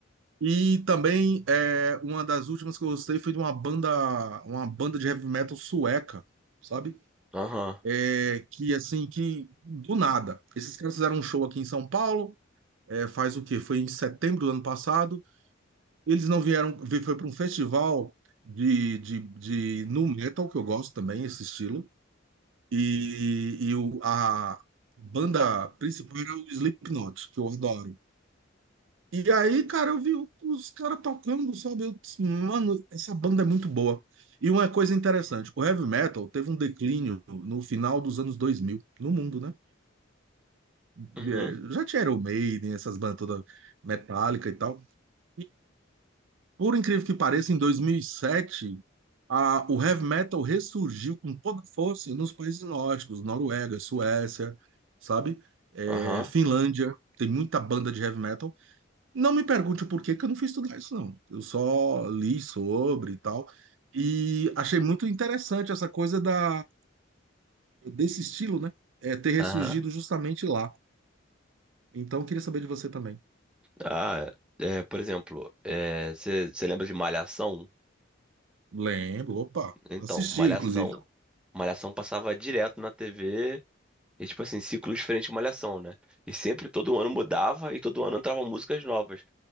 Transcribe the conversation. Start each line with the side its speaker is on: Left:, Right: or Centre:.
Right: E também é, uma das últimas que eu gostei foi de uma banda, uma banda de heavy metal sueca, sabe?
Centre: Aham.
Right: é, que assim, que do nada. Esses caras fizeram um show aqui em São Paulo, é, faz o quê? Foi em setembro do ano passado. Eles não vieram, vi- foi para um festival de, de, de nu metal, que eu gosto também, esse estilo. E, e o, a banda principal era o Slipknot, que eu adoro. E aí, cara, eu vi os caras tocando, sabe? Eu disse, mano, essa banda é muito boa. E uma coisa interessante, o heavy metal teve um declínio no final dos anos 2000 no mundo, né? é,
Centre: Uhum.
Right: já tinha Iron Maiden, essas bandas todas metálica e tal. E por incrível que pareça, em 2007, a, o heavy metal ressurgiu com toda força nos países nórdicos, Noruega, Suécia, sabe? É,
Centre: Aham.
Right: Finlândia, tem muita banda de heavy metal. Não me pergunte o porquê, que eu não fui estudar isso, não. Eu só li sobre e tal. E achei muito interessante essa coisa da, desse estilo, né? É, ter ressurgido
Centre: Aham.
Right: justamente lá. Então, eu queria saber de você também.
Centre: Ah, é, por exemplo, você lembra de Malhação?
Right: Lembro, opa,
Centre: Então,
Right: assisti,
Centre: Malhação.
Right: inclusive.
Centre: Malhação passava direto na TV. E, tipo assim, ciclo diferente de Malhação, né? E sempre todo ano mudava e todo ano entravam músicas novas.